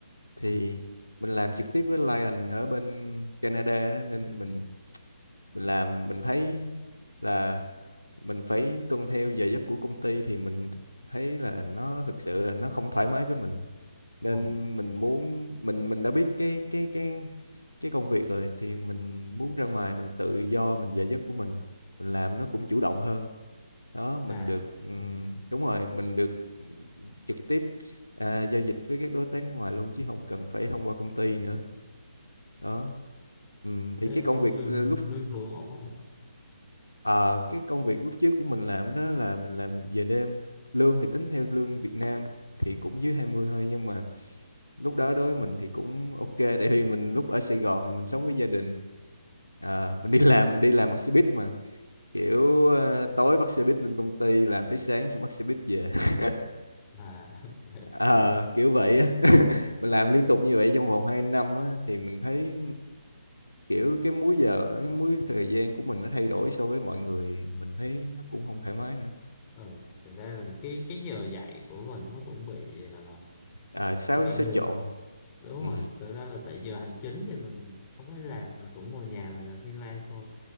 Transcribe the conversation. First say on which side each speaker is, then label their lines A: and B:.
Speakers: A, on the left; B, on the left.
A: thì
B: À,
A: mình làm trực tiếp với Lion ở bên Canada á, nên mình mình làm mình thấy là mình phải tuân theo giờ giấc của công ty thì mình thấy là nó thực sự là nó không thoải mái với mình nên
B: à,
A: mình muốn mình mình đã biết cái cái cái cái công việc rồi thì mình muốn ra ngoài mình tự do mình giờ giấc của mình mình làm nó cũng chủ động hơn đó mình
B: à,
A: được ừm,
B: ừ.
A: đúng rồi mình được trực tiếp à, giao dịch với các đối tác nước ngoài luôn chứ không cần phải thông qua công ty nữa đó Ừm, thì
B: Thế
A: cái công việc
B: lương
A: ờ, lúc
B: lương thường ổn không ạ?
A: ờ, cái công việc lúc trước của mình làm đó là mình làm giờ đêm lương thì tính theo lương Việt Nam thì cũng dưới 20 thôi nhưng mà lúc đó đối với mình thì cũng ok tại vì mình lúc ở Sài Gòn thì mình sống với gia đình à, mình đi làm mình đi làm bằng xe buýt mà kiểu ờ, tối bắt xe buýt lên công ty làm tới sáng xong bắt xe buýt về <laughs>
B: À, <laughs>
A: Ờ, kiểu vậy á <laughs> mình làm liên tục như vậy trong vòng 2 năm á, thì mình thấy kiểu cái múi giờ cái múi thời gian của mình nó thay đổi so với mọi người mình thấy nó cũng không thoải mái nữa
B: ừ. Thực ra là cái cái giờ dạy của mình nó cũng bị ờ,
A: à, xáo
B: cũng bị
A: xáo
B: ngược.
A: trộn
B: Đúng
A: ừ
B: rồi, thực ra là tại giờ hành chính thì mình không phải làm, mình cũng ngồi nhà mình làm freelance thôi.